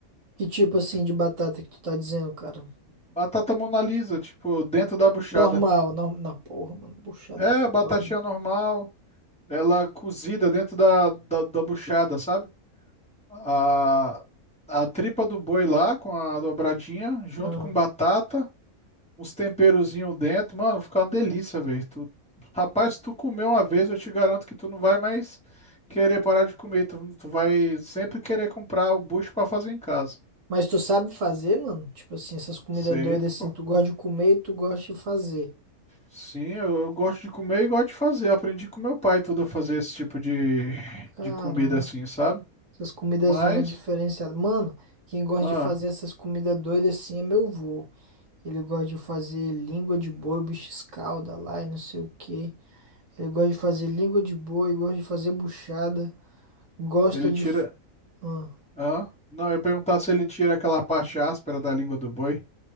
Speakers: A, on the right; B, in the centre.
A: Que tipo assim de batata que tu tá dizendo, cara?
B: Batata Mona Lisa, tipo, dentro da buchada.
A: Normal, normal. Não, porra, mano, buchada
B: É,
A: é foda,
B: a batatinha
A: mano.
B: normal, ela cozida dentro da, da, da buchada, sabe? A, a tripa do boi lá com a dobradinha, junto
A: Ah,
B: com batata. uns temperozinhos dentro, mano, fica uma delícia, velho. Tu... Rapaz, se tu comer uma vez, eu te garanto que tu não vai mais querer parar de comer. Tu, tu vai sempre querer comprar o bucho pra fazer em casa.
A: Mas tu sabe fazer, mano? Tipo assim, essas comidas
B: Sei,
A: doidas
B: pô.
A: assim, tu gosta de comer e tu gosta de fazer.
B: Sim, eu, eu gosto de comer e gosto de fazer. Aprendi com meu pai tudo a fazer esse tipo de,
A: Caramba.
B: de comida assim, sabe?
A: Essas comidas
B: Mas,
A: zona diferenciada. Mano, quem gosta
B: ah,
A: de fazer essas comidas doidas assim é meu vô. Ele gosta de fazer língua de boi, bicho escalda lá e não sei o que Ele gosta de fazer língua de boi, gosta de fazer buchada. Gosta
B: ele
A: de.
B: tira.
A: f- hum.
B: Ah, não, eu ia perguntar se ele tira aquela parte áspera da língua do boi.